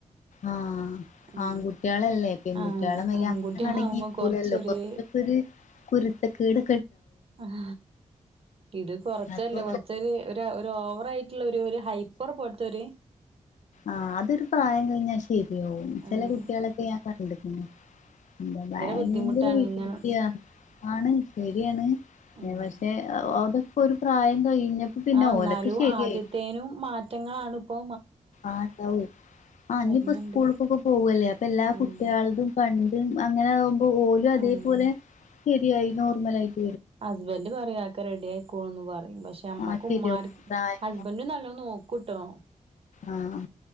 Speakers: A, on the left; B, on the right.
A: ആഹ
B: ഉം
A: ആൺകുട്ടികളല്ലേ പെൺകുട്ടികളെ
B: ആഹ്
A: മരി
B: ആൺകുട്ടികളാവുമ്പോ
A: അങ്ങനെ അടങ്ങിക്കൂലല്ലോ
B: കൊറച്ചൊരു
A: കൊറച്ചക്കെ ഒരു കുരുത്തക്കീട്
B: ആഹ ഇത് കൊറച്ചല്ലേ
A: അപ്പൊ
B: കൊറച്ച ഒരു ഓവർ ആയിട്ടുള്ള ഒരു ഒരു ഹൈപ്പർ പോൽത്തൊരു
A: ആഹ അതൊരു പ്രായം കഴിഞ്ഞാൽ ശരിയാവും ചെില
B: ആഹ്
A: കുട്ടികളൊക്കെ ഞാൻ കണ്ടെക്കുണ് എന്താ ഭയങ്കര
B: ബുദ്ധിമുട്ടാണ്
A: വികൃത്തിയാണ്
B: ഇങ്ങനെ
A: ആണ് ശരിയാണ്
B: ഉം
A: പക്ഷെ അതൊക്കെ ഒരു പ്രായം കഴിഞ്ഞപ്പോ പിന്നെ
B: ആ എന്നാലും
A: ഓലൊക്കെ ശരിയായി
B: ആദ്യത്തേനും മാറ്റങ്ങളാണ് ഇപ്പൊ
A: ആട്ട ആ ഇനിയിപ്പോ
B: വരുന്നുണ്ട്
A: സ്കൂളക്കൊക്കെ പോവല്ലേ അപ്പൊ എല്ലാ
B: ആഹ്
A: കുട്ടികളും കണ്ട് അങ്ങനെ ആകുമ്പോ ഓലും അതേപോലെ
B: ആഹ്
A: ശെരിയായി നോർമലയിട്ട്
B: ഹസ്ബൻഡറ് പറയാക്കെ റെഡി ആയിക്കോണന്ന് പറു പക്ഷെ അമ്മക്ക്
A: ആഹ് ശരിയാവും
B: ഉുമ്മാർ
A: പ്രായം
B: ഹസ്ബൻഡും നല്ലോ നോക്കൂട്ടോ
A: ആഹ